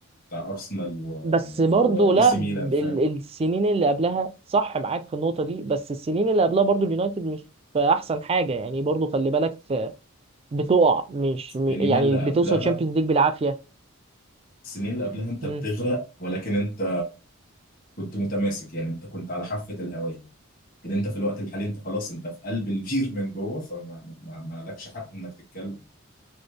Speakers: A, on the left; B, on the right.
A: بتاع ارسنال و...
B: بس برضه
A: واي
B: لا
A: سي
B: ب-
A: ميلان فاهم
B: ال- السنين اللي قبلها صح معاك في النقطة دي بس السنين اللي قبلها برضه اليونايتد مش في أحسن حاجة يعني برضه خلي بالك بتقع مش
A: السنين
B: م- يعني
A: اللي
B: بتوصل
A: قبلها
B: تشامبيونز ليج بالعافية
A: السنين اللي قبلها انت
B: مم.
A: بتغرق ولكن انت كنت متماسك يعني انت كنت على حافة الهواء لكن انت في الوقت الحالي انت خلاص انت في قلب البير من جوه فما ما... ما ما لكش حق انك تتكلم